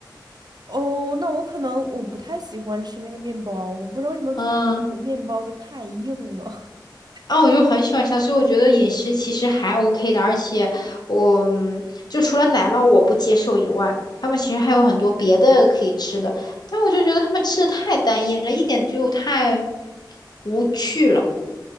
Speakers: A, on the right; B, on the left.
A: 哦，那我可能我不太喜欢吃那个面包，我不知道为什么就感觉那个面包就太硬了。
B: 嗯
A: <laughs>
B: 啊，我就很喜欢吃它所以我觉得饮食其实还 OK 的，而且我就除了奶酪我不接受以外，他们其实还有很多别的可以吃的，但我就觉得他们吃的太单一了，一点就太无趣了。